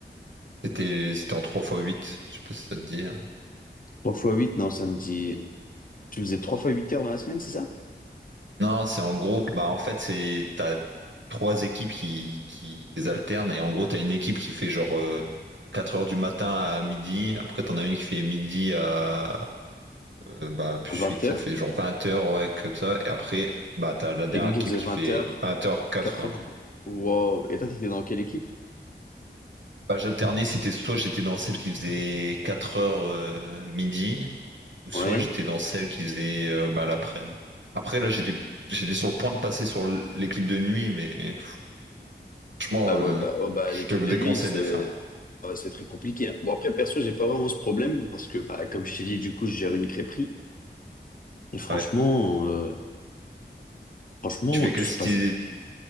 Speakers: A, on the right; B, on the left.
A: C'était, c'était en 3 fois 8. Je sais pas si ça te dit.
B: trois fois huit non, ça me dit... Tu faisais 3 fois 8 heures dans la semaine, c'est ça?
A: Non, c'est en gros, bah en fait, c'est t'as trois équipes qui, qui alternent et en gros, t'as une équipe qui fait genre euh, 4 heures du matin à midi, après t'en as une qui fait midi à euh, bah plus
B: À 20
A: 8,
B: heures?
A: ça fait genre 20 heures, ouais, comme ça, et après, bah t'as la dernière
B: Quelqu'un qui
A: équipe
B: faisait
A: qui
B: vingt
A: fait
B: heures,
A: 20 heures, 4
B: quatre
A: heures.
B: heures du... Wow. Et toi, t'étais dans quelle équipe?
A: Bah j'alternais, c'était soit j'étais dans celle qui faisait 4 heures euh, midi, ou soit
B: Ouais.
A: j'étais dans celle qui faisait euh, bah, l'après-midi. Après, là, j'étais j'étais sur le point de passer sur l'équipe de nuit, mais. Franchement,
B: Ah ouais,
A: euh,
B: bah, oh bah,
A: je
B: l'équipe
A: te
B: de
A: déconseille
B: nuit, c'est
A: de faire.
B: ah bah, c'est très compliqué. hein. Bon, après, perso, j'ai pas vraiment ce problème parce que, bah, comme je t'ai dit, du coup, je gère une crêperie. Et franchement,
A: Ouais.
B: euh, franchement,
A: Tu fais
B: tout
A: quel
B: se
A: style...
B: passe. bien.